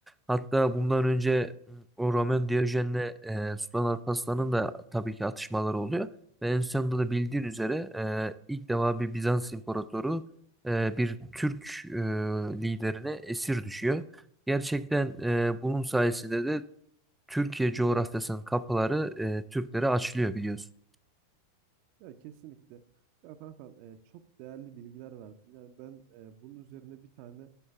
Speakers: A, in the centre; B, on the right.
A: Hatta
B: Evet.
A: bundan önce o Romain Diyojen'le e, Sultan Alparslan'ın da tabii ki atışmaları oluyor. Ve en sonunda da bildiğin üzere e, ilk defa bir Bizans imparatoru e, bir Türk e, liderine esir düşüyor. Gerçekten e, bunun sayesinde de Türkiye coğrafyasının kapıları e, Türklere açılıyor biliyorsun.
B: Ya kesinlikle. Ya kankam e, çok değerli bilgiler verdin. Yani ben e, bunun üzerine bir tane